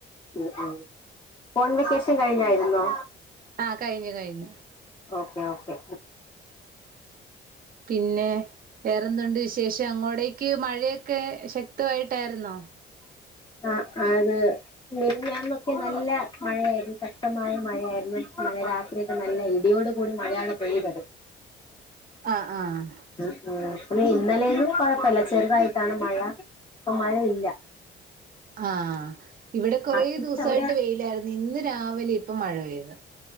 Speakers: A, on the left; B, on the right.
A: ഉം ഉം. കോൺവിറ്റേഷൻ കഴിഞ്ഞായിരുന്നോ?
B: ആഹ് കഴിഞ്ഞു കഴിഞ്ഞു.
A: Okay okay.
B: പിന്നെ വേറെന്തണ്ട് വിശേഷം? അങ്ങോടേക്ക് മഴയൊക്കെ ശക്തമായിട്ടാരുന്നോ?
A: ആഹ് അത് മിനിഞ്ഞാന്നൊക്കെ നല്ല മഴയായിരുന്നു ശക്തമായ മഴയായിരുന്നു ഇന്നലെ രാത്രി നല്ല ഇടിയോട് കൂടി മഴയാണ് പെയ്തത്.
B: ആഹ് ആഹ്
A: ഉം ഉം പിന്നെ ഇന്നലെയിന്നും കൊഴപ്പല്ല. ചെറുതായിട്ടാണ് മഴ ഇപ്പൊ മഴയില്ല.
B: ആഹ് ഇവടെ കൊറേ
A: ആ ഇന്ന്
B: ദിവസായിട്ട്
A: എവിടെയാ
B: വെയിലായിരുന്നു. ഇന്ന് രാവിലെ ഇപ്പൊ മഴ പെയ്ത്.